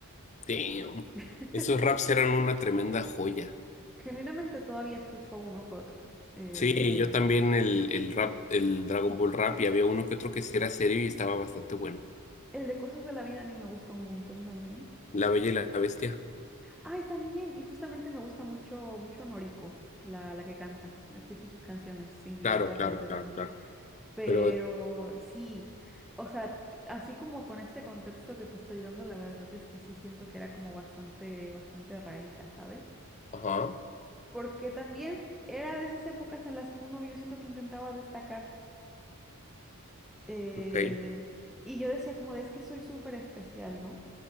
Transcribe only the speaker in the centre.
<laughs>
Escucha-
Genuinamente todavía escucho a uno que otro. Eh,
<laughs>
el de cosas de la vida a mí me gusta un montón también.
Ay, también, y justamente me gusta mucho, mucho Noriko, la, la que canta. Escucho sus canciones individualmente
también.
Pero
sí, o sea, así como con este contexto que te estoy dando, la verdad es que sí siento que era como bastante, bastante rarita, ¿sabes?
Porque también era de esas épocas en las que uno, yo siento que intentaba destacar, eh,
y yo decía como de es que soy súper especial, ¿no?